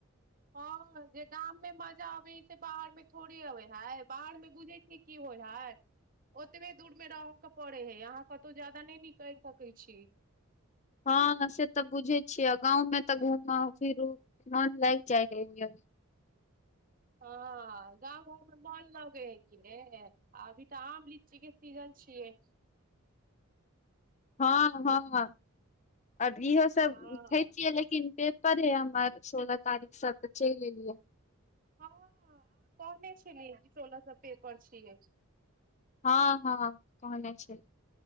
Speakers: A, on the right; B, on the left.
A: हँ जे गाममे माजा अबै हइ से बाहरमे थोड़े अबैत हइ बाहरमे बुझैत छियै की होइ हइ ओतबे दूरमे रहयके पड़ैत हइ अहाँ कतहु ज्यादा नहि निकलि सकैत छी।
B: हँ से तऽ बुझै छियै गाँवमें तऽ घूम फिरू मन लागि जाइ अ
A: हँ गाँव घरमे मल लगे है कि ने अभी तऽ आम लीची के सीजन छियै
B: हँ हँ अब इहो सब
A: हँ
B: <unintelligible> पेपर हय हमर सोलह तारीख स चलि एलियै
A: हँ कहने छेले कि सोलह स पेपर छियै।
B: हँ हँ कहने छैय